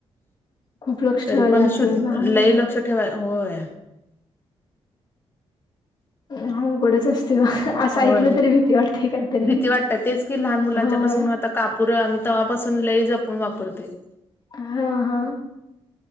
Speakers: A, on the left; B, on the left.
A: खूप लक्ष
B: तरी
A: ठेवायला
B: पण
A: लागते
B: शुद्ध
A: लहान
B: लय
A: मुलांना
B: लक्ष ठेवाय होय.
A: हा उकडच असते. असं
B: होय
A: ऐकलं
B: मग
A: तरी भीती वाटते. काहीतरी
B: भीती वाटते तेच की लहान मुलांच्यापासून.
A: होय
B: आता कापूर आम्ही तेव्हापासून लई जपून वापरते.
A: हा हा